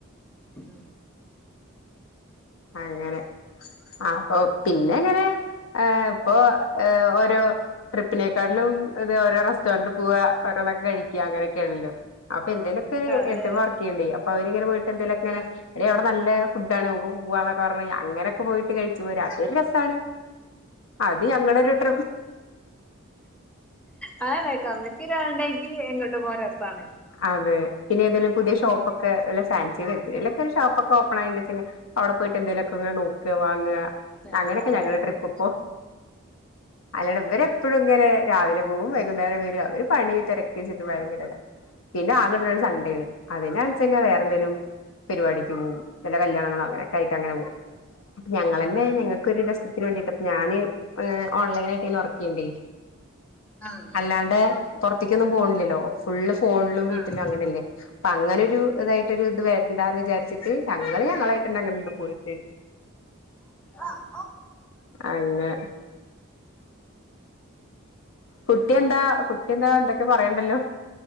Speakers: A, in the centre; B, on the left (about 70°).
A: ഉം
B: അങ്ങനെ അപ്പൊ പിന്നെ ഇങ്ങനെ ആഹ് ഇപ്പോ ഓരോ ട്രിപ്പിനേക്കാട്ടിലും ഇത് ഓരോ തൊണ്ട് പോക ഒരോന്നൊക്കെ കഴിക്ക അങ്ങനെയൊക്കെയാണല്ലോ അപ്പൊ എന്തേലൊക്കെ
A: അതെ
B: ഏടത്തിയമ്മ വർക്കിയിണ്ടേ അപ്പ അവരിങ്ങനെ പോയിട്ട് എന്തേലും ഒക്കെ ഇങ്ങനെ
A: ആഹ്
B: എടീ അവിടെ നല്ല ഫുഡാണ് നമുക്ക് പോ പോവാന്നൊക്കെ പറഞ്ഞ് അങ്ങനെയൊക്കെ പോയിട്ട് കഴിച്ചു പോരാ അതൊരു രസാണ് അത് ഞങ്ങളരു <inaudible>
A: അതാണ് കമ്മറ്റി ഒരാളുണ്ടെങ്കി എങ്ങോട്ടും പോരാൻ രസാണ്
B: അതെ പിന്നേതെലും പുതിയ ഷോപ്പൊക്കെ വല്ല ഫാൻസിലെ എന്തേലൊക്കെ ഒരു ഷോപ്പൊക്കെ ഒപ്പ് <unintelligible> അവിടെ പോയിട്ട് എന്തേലൊക്കെ നോക്ക വാങ്ങ
A: അതെ
B: അങ്ങനെയൊക്കെ
A: ആഹ്
B: ഞങ്ങളുടെ ട്രിപ്പ് ഇപ്പൊ അല്ലടാ ഇവർ എപ്പോഴും ഇങ്ങനെ രാവിലെ പോവും വൈകുന്നേരം വരും അവര് പണി തിരക്കേച്ചിട്ട് ഭയങ്കര പിന്നെ ആകെള്ളത് ഒരു സൺണ്ടേണ് അതിനച്ചെങ്കി വേറെന്തെലും പരിപാടിക്ക് പോകും വല്ല കല്യാണങ്ങാളോ അങ്ങനെയൊക്കെ ആയ്ട്ട് അങ്ങനെ പോകും ഞങ്ങളന്നെ ഞങ്ങക്കൊരു രസത്തിന് വേണ്ടീട്ട് ഞാന് ഏ ഓൺലൈനായിട്ട കുട്ടിനെ ഒർക്ക്യേണ്ടേ
A: ആഹ്
B: അല്ലാണ്ട് പുറത്തേക്കൊന്നും പോണില്ലല്ലോ ഫുള്ള് ഫോണിലും വീട്ടിലും
A: ആഹ്
B: അങ്ങനെയല്ലേ അപ്പൊ അങ്ങനെ ഒരു ഇതായിട്ട ഒരു ഇത് വേണ്ടന്ന് വിചാരിച്ചിട്ട് ഞങ്ങള് ഞങ്ങളേട്ടന് അങ്ങണ്ട് പോയിട്ട്
A: ആഹ്
B: അങ്ങനെ കുട്ടിന്താ കുട്ടിന്താ എന്തൊക്കെ പറയണ്ടല്ലോ